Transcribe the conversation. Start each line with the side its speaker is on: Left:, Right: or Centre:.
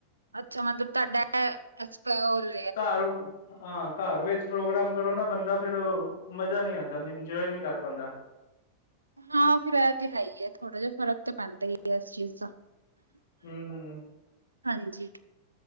Right: ਅੱਛਾ ਮਤਲਬ ਤੁਹਾਡਾ ਐਕਸਪਾਇਰ
Left: ਘਰ, ਉ ਹਾਂ ਘਰ ਵਿੱਚ ਪ੍ਰੋਗਰਾਮ ਕਰੋ ਨਾ ਬੰਦਾ ਫੇਰ ਮਜ਼ਾ ਨਹੀਂ ਆਉਂਦਾ ਇੰਜੋਏ ਨਹੀਂ ਕਰ ਪਾਉਂਦਾ
Right: ਹਾਂ ਫਿਰ ਇਹ ਤੇ ਹੈ ਹੀ ਹੈ ਥੋੜ੍ਹਾ ਜਿਹਾ ਫ਼ਰਕ ਤਾਂ ਪੈਂਦਾ ਹੀ ਹੈ ਇਸ ਚੀਜ਼ ਦਾ
Left: ਹੁ ਹੁ
Right: ਹਾਂਜੀ